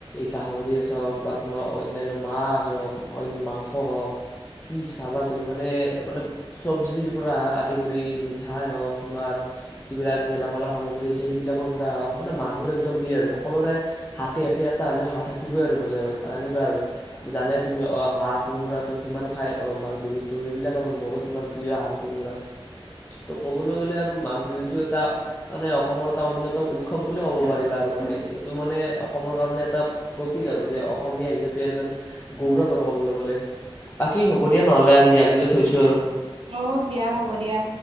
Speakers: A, on the left (about 20°); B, on the right (about 80°).
A: গাহৰিছ হওক বা তোমাৰ অন্যান্য মাছ হওক মাংস হওক কি চাবা তুমি মানে মানে চব্জিৰ পৰা আদি কৰি মিঠাই হওক তোমাৰ যিবিলাক গেলামালৰ সামগ্ৰী আছে সেইবিলাকৰ পৰা হওক মানে মানুহৰ একদম ভিৰ আৰু সকলোৰে হাতে হাতে ত'লে হাত থাকিবই আৰু বজাৰত সনেকুৱা আৰু জানে তুমি অ হাঁহ কোমোৰাটো কিমান খাই অ মাঘ বিহুত ত' সেইবিলাক আৰু মোৰো তোমাৰ প্ৰিয় হাঁহ কোমোৰা ত' ক'বলৈ গ'লে আৰু মাঘ বিহুতটো এটা মানে অসমৰ এটা অন্যতম উৎসৱ ব বুলিুলও ক'ব পাৰিবা আৰু মানে এইটো মানে অসমৰ কাৰণে এটা সতক আৰু যে অসমীয়া হিচাপে এজন গৌৰৱ আৰু ক'বলৈ গ'লে বাকী হ'ব দিয়া নহলে আজি আজিলৈ থৈছো আৰু
B: অ দিয়া হ'ব দিয়া